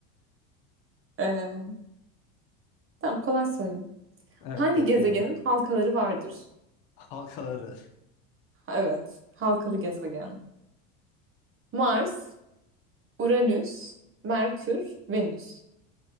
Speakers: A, on the right; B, on the left.
A: Ee, tamam kolay sorayım.
B: Evet
A: Hangi
B: bekliyorum.
A: gezegenin halkaları vardır?
B: Halkaları.
A: Evet. Halkalı gezegen. Mars, Uranüs, Merkür, Venüs.